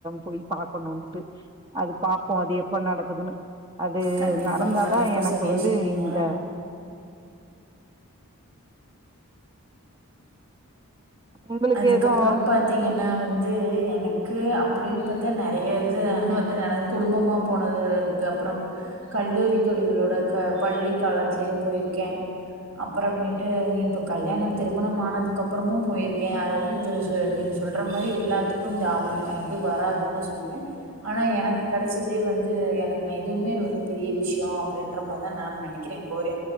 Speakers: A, on the right; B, on the right.
A: போய் பாக்கணுட்டு அதுக் பாப்போ அது எப்ப நடக்குதுன்னு அது
B: கண்டிப்பாங்க
A: நடந்தாதா
B: ரொம்ப
A: எனக்கு
B: சரியா
A: வந்து
B: சொன்னீங்க
A: இந்த உங்களுக்கு
B: அதுக்கப்றோ
A: எதுவு
B: பாத்தீங்கன்னா வந்து எனக்கு அப்டின்னு பாத்தா நெறைய இது வந்து குடும்பமா போனதுருக்கு அப்றோ கல்லூரி தோழிகளோட க பள்ளி காலத்லயு போயிருக்கே அப்றமேட்டு இப்ப கல்யாணம் திருமணம் ஆனதுக்கப்றமு பொய்ருக் ஏ <unintelligible> நீங்க சொல்ற மாரி எல்லாத்துக்கு இந்த அம்மை இது வராதுன்னு தா சொல்லுவே ஆனா எனக்கு கெடைச்சதே வந்து எனக்கு நா எதுவுமே வந்து பெரிய விஷயோ அப்டின்ற மாரிதா நா நெனைக்கிறே இப்போ வரையு